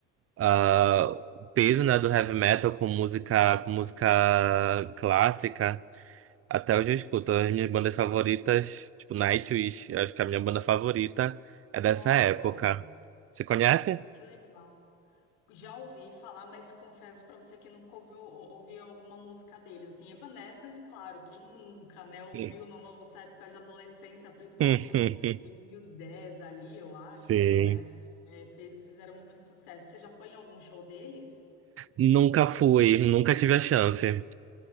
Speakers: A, on the right; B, on the left.
A: ah, o peso, né, do heavy metal com música, com música clássica. Até hoje eu escuto as minhas bandas favoritas, tipo Nightwish. Eu acho que é a minha banda favorita é dessa
B: olha,
A: época. Você conhece?
B: que legal. Já ouvi falar, mas confesso pra você que nunca ouviu, ouvi alguma música deles. Assim, Evanescence, claro, quem nunca, né, ouviu
A: Sim.
B: na nossa época de adolescência, principalmente
A: <laughs>
B: nos 2010 ali, eu acho,
A: Sim.
B: né? é, fez, fizeram muito sucesso. Você já foi em algum show deles?
A: Nunca fui, nunca tive a chance.